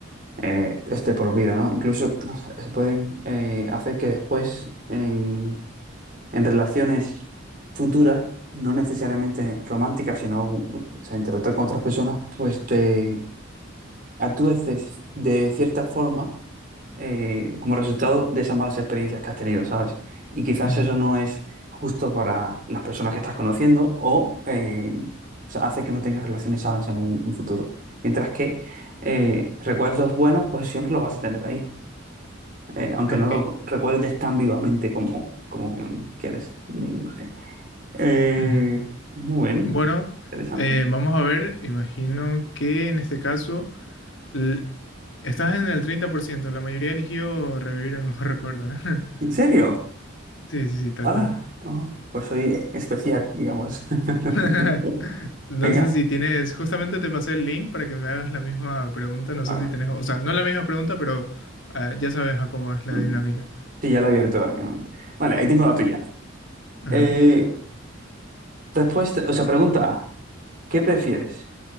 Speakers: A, on the right; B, on the left.
A: eh, es de por vida, ¿no? Incluso no sé, se pueden eh, hacer que después en, en relaciones futuras, no necesariamente románticas, sino o sea, interactuar con otras personas, pues te actúes de, de cierta forma eh, como resultado de esas malas experiencias que has tenido, ¿sabes? Y quizás
B: ujú,
A: eso no es justo para las personas que estás conociendo o, eh, o sea, hace que no tengas relaciones sanas en un, un futuro. Mientras que eh, recuerdos buenos, pues siempre lo vas a tener ahí, eh, aunque
B: ok,
A: no lo recuerdes tan vivamente como, como que quieres. Mm, No sé. Eh,
B: ujú.
A: muy bien,
B: Bueno,
A: interesante.
B: eh, vamos a ver, imagino que en este caso l- estás en el 30%. la mayoría eligió revivir el mejor recuerdo. ¿eh? <laughs>
A: ¿En serio?
B: Sí, sí, sí, tal
A: Hola,
B: cual.
A: oh, pues soy especial, digamos. <laughs>
B: <laughs> No
A: Venga,
B: sé si tienes, justamente te pasé el link para que me hagas la misma pregunta, no
A: ah,
B: sé si tienes, o sea, no la misma pregunta, pero ah, ya sabes a cómo es la
A: mm,
B: dinámica.
A: sí, ya lo he abierto. eh, un momento. Vale, ahí tengo la tuya.
B: Ajá.
A: Eh, respuesta, o sea, pregunta A, ¿qué prefieres?